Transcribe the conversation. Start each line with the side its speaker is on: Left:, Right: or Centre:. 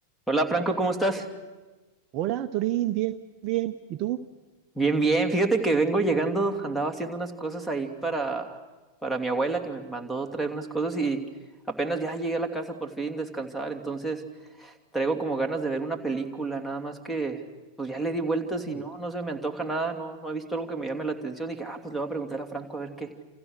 Centre: Hola Franco, ¿cómo estás?
Right: Hola, Torín, bien, bien. ¿Y tú?
Centre: Bien, bien. Fíjate que vengo llegando, andaba haciendo unas cosas ahí para, para mi abuela que me mandó traer unas cosas y apenas ya llegué a la casa por fin descansar, entonces traigo como ganas de ver una película, nada más que pues ya le di vueltas
Right: Mm,
Centre: y no, no se me antoja nada, no, no he visto algo que me llame la atención. Dije, ah, pues le voy a preguntar a Franco a ver qué,